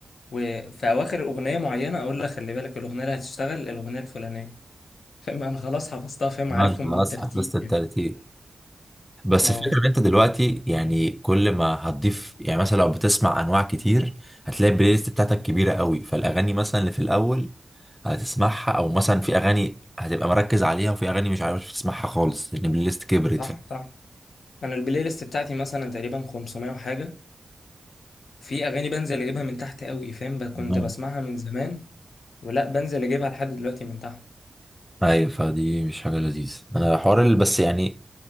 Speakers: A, on the left (about 85°); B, in the centre.
A: وفي أواخر أغنية معينة أقول لك خلي بالك الأغنية اللي هتشتغل الأغنية الفلانية فاهم أنا خلاص حفظتها فاهم
B: انا
A: عارفهم
B: خلاص
A: بالترتيب
B: حفظت الترتيب
A: يعني
B: بس
A: أه
B: الفكره ان انت دلوقتي يعني كل ما هتضيف يعني مثلا لو بتسمع انواع كتير هتلاقي البلاي ليست بتاعتك كبيره قوي فالاغاني مثلا اللي في الاول هتسمعها او مثلا في اغاني هتبقى مركز عليها وفي اغاني مش عارف تسمعها خالص لان البلاي ليست كبرت
A: صح صح أنا البلاي ليست بتاعتي مثلا تقريبا 500 وحاجة في أغاني بنزل أجيبها من تحت قوي فاهم ب- كنت
B: فاهم
A: بسمعها من زمان ولا بنزل أجيبها لحد دلوقتي من تحت
B: ايوه فدي مش حاجه لذيذه انا الحوار اللي بس يعني